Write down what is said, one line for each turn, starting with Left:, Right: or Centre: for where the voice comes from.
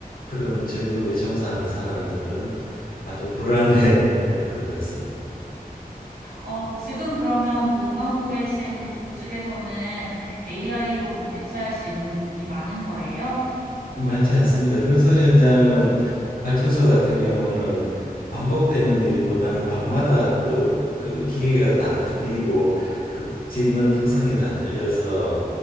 Left: 그런 직업에 종사하는 사람들은 아주 불안해 <laughs> 할 것 같습니다.
Right: 어, 지금 그러면 몸담고 계신 그 조직에서는 AI로 뭐 대체할 수 있는 부분이 많은 거예요?
Left: 많지 않습니다. 건설 현장은 발전소 같은 경우는 반복되는 일보다는 방마다 또 그 기계가 다 틀리고 그 짓는 특성이 다 틀려서